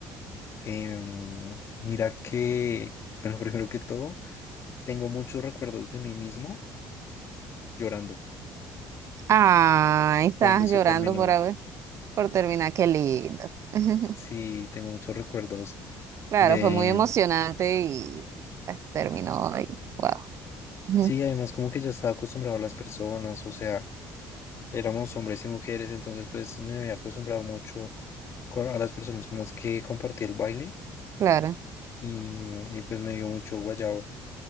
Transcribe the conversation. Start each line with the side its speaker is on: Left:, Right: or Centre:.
Left: em, mira que, bueno, <laughs> primero que todo, tengo muchos recuerdos de mí mismo llorando
Right: Ah, estabas
Left: cuando se
Right: llorando
Left: terminó.
Right: por haber, por terminar, qué lindo. <laughs>
Left: Sí, tengo muchos recuerdos
Right: Claro,
Left: de,
Right: fue muy emocionante y ah, terminó ahí. Wow. Ujú,
Left: Sí, además como que ya estaba acostumbrado a las personas, o sea, éramos hombres y mujeres, entonces pues me había acostumbrado mucho co- a las personas con las que compartí el baile
Right: Claro.
Left: y, mm, y pues me dio mucho guayabo.